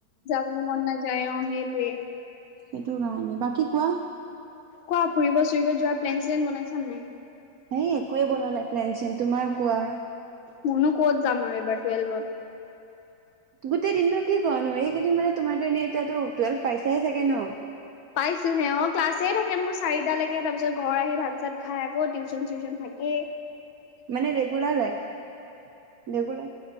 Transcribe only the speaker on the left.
যাবলৈ মন নাযায় অ, সেই, তে,
কোৱা ফুৰিব- চুৰিব যোৱাৰ প্লেন- শ্লেন বনাইছা নে নাই?
মইনো ক'ত যাম আৰু এইবাৰ টুৱেলভত।
পাইছোহে অ', ক্লাছে থাকে মোৰ চাৰিটালৈকে তাৰপিছত তাৰ পিছত ঘৰ আহি ভাত- চাত খাই আকৌ টিউচন- চিউচন থাকে।